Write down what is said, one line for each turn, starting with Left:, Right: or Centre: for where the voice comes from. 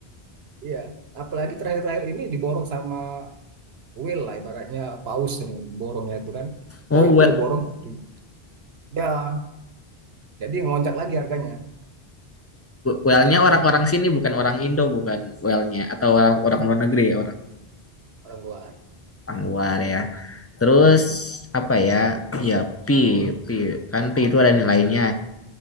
Right: Iya, apalagi terakhir-terakhir ini diborong sama whale lah ibaratnya paus yang borongnya itu kan.
Left: Oh,
Right: Koin
Left: well,
Right: itu diborong tuh. ya. Jadi ngelonjak lagi harganya
Left: well-nya orang-orang sini bukan orang Indo, bukan well-nya atau orang orang luar negeri, orang
Right: orang luar.
Left: orang luar ya. Terus
Right: Mm-mm.
Left: apa ya? Ya pi, pi kan pi itu ada nilainya.